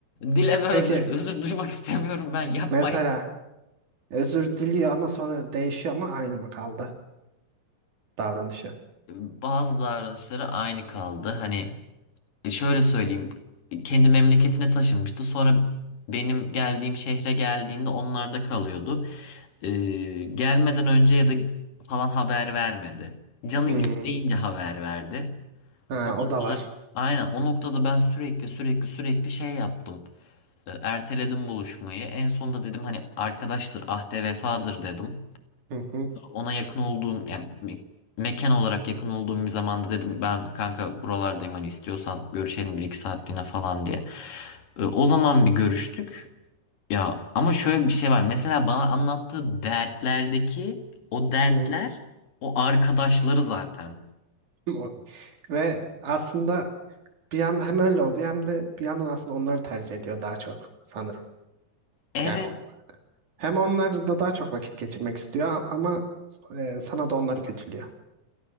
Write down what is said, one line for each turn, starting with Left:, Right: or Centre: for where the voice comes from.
Left: Dileme özür,
Right: Peki
Left: özür duymak istemiyorum ben yapmayın.
Right: mesela özür diliyor ama sonra değişiyor ama aynı mı kaldı davranışı?
Left: Bazı davranışları aynı kaldı. Hani e, şöyle söyleyeyim. Kendi memleketine taşınmıştı. Sonra benim geldiğim şehre geldiğinde onlarda kalıyordu. Ee, gelmeden önce ya da falan haber vermedi. Canı
Right: Hmm.
Left: isteyince haber verdi.
Right: Ha,
Left: O noktada
Right: o da var.
Left: aynen o noktada ben sürekli sürekli sürekli şey yaptım. E, Erteledim buluşmayı. En sonunda dedim hani arkadaştır ahde vefadır dedim.
Right: Hı hı.
Left: Ona yakın olduğum yani me- mekan olarak yakın olduğum bir zamanda dedim ben kanka buralardayım hani istiyorsan görüşelim bir iki saatliğine falan diye. E, O zaman bir görüştük. Ya ama şöyle bir şey var. Mesela bana anlattığı dertlerdeki o dertler
Right: Hı.
Left: o arkadaşları zaten.
Right: O- Ve aslında bir yandan hem öyle oluyor hem de bir yandan aslında onları tercih ediyor daha çok sanırım.
Left: Evet.
Right: Yani Hem onlarla da daha çok vakit geçirmek istiyor a- ama e, sana da onları kötülüyor.